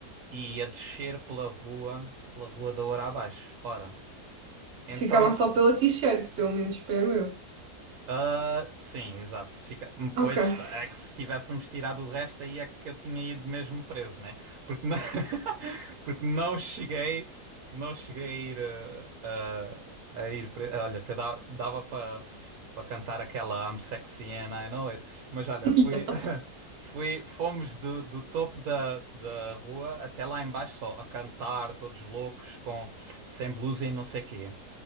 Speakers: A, on the right; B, on the right.
A: e a descer pela rua, pela rua da hora abaixo. Ora,
B: <laughs>
A: então
B: Ficaram só pela t-shirt, pelo menos, espero eu.
A: Ah, sim, exato. Fica... hum, Pois
B: Ok. <laughs>
A: é que se tivéssemos tirado o resto, aí é que eu tinha ido mesmo preso, né? Porque não, <laughs> Porque não cheguei, não cheguei a ir ah, a, a ir preso. Olha, até dá- dava para para cantar aquela I'm sexy and I know it. Mas olha,
B: Yeah.
A: fui, <laughs> fui, fomos do, do topo da, da rua até lá embaixo só a cantar, todos loucos, com sem blusa e não sei quê.